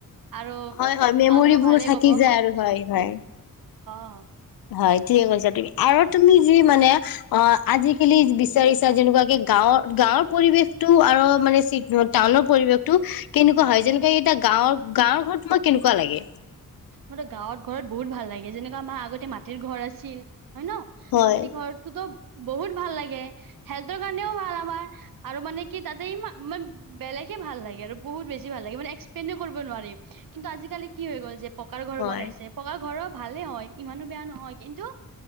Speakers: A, on the right; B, on the left.
A: আৰু
B: হয় হয় মেমৰিবোৰ
A: মানুহও ভালে
B: থাকি
A: কব
B: যায় আৰু হয় হয়
A: অঁ
B: হয় ঠিকে কৈছা তুমি আৰু তুমি যি মানে অ আজিকালি বিচাৰিছা যেনেকুৱাকে গাঁৱৰ গাঁৱৰ পৰিৱেশতটো আৰু মানে টাউনৰ পৰিৱেশটো কেনেকুৱা হয় যেনেকুৱা এতিয়া গাঁৱৰ গাঁৱৰ ঘৰত তোমাক কেনেকুৱা লাগে
A: মো ত গাঁৱত ঘৰত বহুত ভাল লাগে যেনেকুৱা আমাৰ আগতে মাটিৰ ঘৰ আছিল হয় ন
B: হয়
A: মাটিৰ ঘৰটোত বহুত ভাল লাগে হেল্ট কাৰণেও ভাল আমাৰ আৰু মানে কি তাতে ইমা ইমান বেলেগে ভাল লাগে আৰু বহুত বেছি ভাল লগে এস্কপ্লেনেই কৰিব নোৱাৰি কিন্তু আজিকালি কি হৈ গল যে পকাৰ ঘৰ
B: হয়
A: বনাইছে পকা ঘৰৰ ভালে হয় ইমানো বেয়া নহয় কিন্তু